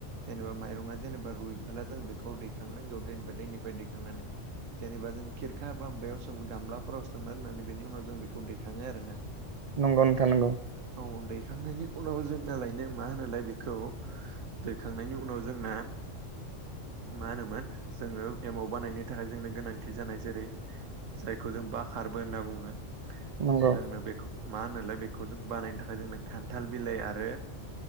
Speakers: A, on the right; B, on the right.
A: जेनेबा माइरङा जेनेबा रुइबोला जों बेखौ दैखांनांगौ दैनिफ्राय दैखांनानै जेनेबा जों खिरखा बा माबायाव सोम गामलाफोराव सोमना दोननानै बेनि उनाव जों बेखौ दैखाङो आरोना
B: नंगौ नोंथां नंगौ।
A: औ दैखांनायनि उनाव जोंना लायनो मा होनलाय बेखौ दैखांनायनि उनाव जोंना मा होनोमोन जोङो एमाव बानायनो थाखाय जोंनो गोनांथि जानाय जेरै जायखौ जों बाखारबो होनना बुङो
B: नंगौ
A: जोंनो बेखौ मा होनोलाय बेखौ जों बानायनो थाखाय जोंनो खान्थाल बिलाइ आरो